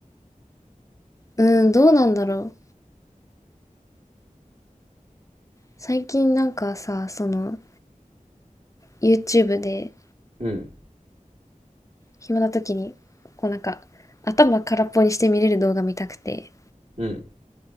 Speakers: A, on the left; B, on the right.
A: うん、どうなんだろう。最近なんかさ、その YouTube で
B: うん、
A: 暇な時に、こうなんか、頭空っぽにして見れる動画見たくて、
B: うん、